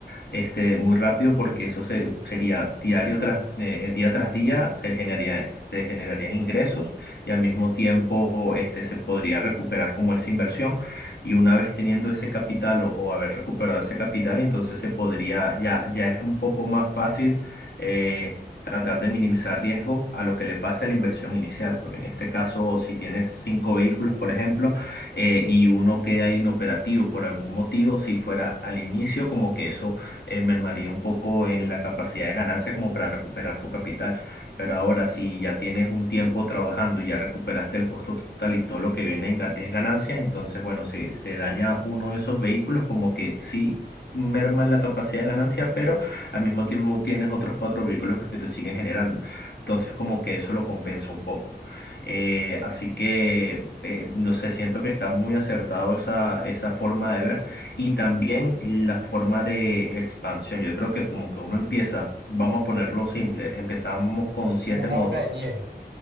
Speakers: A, on the left; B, on the right.
A: este, muy rápido porque eso se- sería diario tras, eh, eh, día tras día, se generaría, se generarían ingresos y al mismo tiempo, este, se podría recuperar como esa inversión y una vez teniendo ese capital o, o haber recuperado ese capital, entonces se podría, ya, ya es un poco más fácil. eh, tratar de minimizar riesgo a lo que le pase a la inversión inicial, porque en este caso, si tienes cinco vehículos, por ejemplo, eh, y uno queda inoperativo por algún motivo, si fuera al inicio, como que eso eh, mermaría un poco en la capacidad de ganancia como para recuperar tu capital. Pero ahora, si ya tienes un tiempo trabajando y ya recuperaste el costo total y todo lo que viene en gan- es ganancias, entonces, bueno, si se daña uno de esos vehículos, como que sí merma la capacidad de ganancia, pero al mismo tiempo tienes otros cuatro vehículos que te siguen generando. Entonces, como que eso lo compensa un poco. Eh, así que, eh, no sé, siento que está muy acertado esa, esa forma de ver y también la forma de expansión. Yo creo que como que uno empieza, vamos a ponerlo simple, empezamos con siete
B: como una
A: motos.
B: bola de nieve,